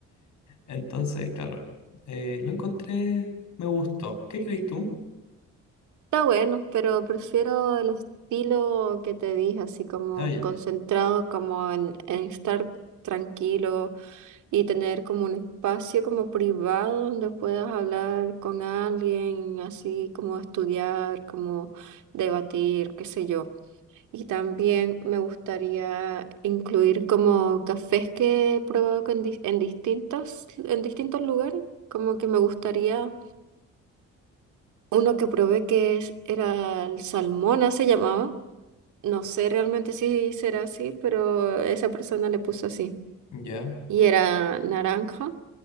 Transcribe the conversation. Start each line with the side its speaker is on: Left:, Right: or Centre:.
Left: Entonces, claro. eh, lo encontré. Me gustó. ¿Qué crees tú?
Right: Está bueno, pero prefiero el estilo que te dije, así como
Left: Ah, ya.
Right: concentrado, como en, en estar tranquilo y tener como un espacio como privado donde puedas hablar con alguien, así como estudiar, como debatir, qué sé yo. Y también me gustaría incluir como cafés que he probado con dis- en distintas, en distintos lugares. Como que me gustaría uno que probé que es- era el Salmona, se llamaba. No sé realmente si será así, pero esa persona le puso así.
Left: Ya.
Right: Y era naranja. O